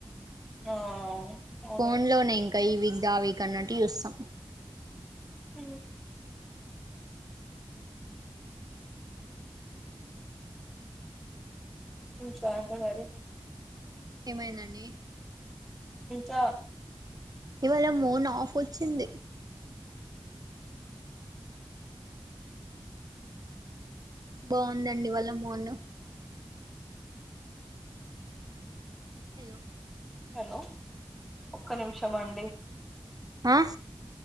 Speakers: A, in the centre; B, on the right (about 45°).
A: ఆ... అవునండి.
B: ఫోన్ లోనే ఇంకా ఈ వీక్ ది ఆ వీక్ అన్నట్టు జూస్తాం
A: ఊ ఇంచ అండి మరి <unintelligible>
B: ఏమైందండి
A: ఇంకా
B: ఇవాళ మూన్ ఆఫ్ ఓచ్చింది బాగుందండి ఈవాళ మూన్ హాలో
A: హాలో ఒక్క నిమిషం అండి.
B: ఆ